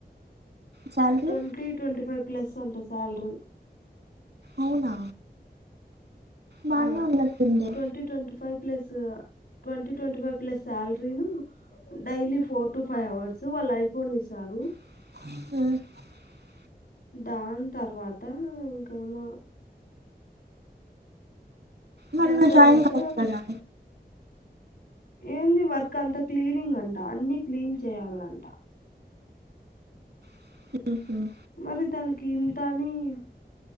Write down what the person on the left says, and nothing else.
ట్వ ట్వ ఫైవ్ ప్లస్ అంటే సాలడ్రు
ఆ
twenty twenty five plus twenty twenty five plus salary ను daily four to five hours వాళ్ళు ఐఫైవ్ ఇస్తారు
దాని తర్వాత ఇంకేమో
దాని
తర్వాత
ఏంది వర్క్ అంతా క్లీనింగ్ అంట అన్ని క్లీన్ చేయాల్నంట
మరి దానికి ఇంతనిమ్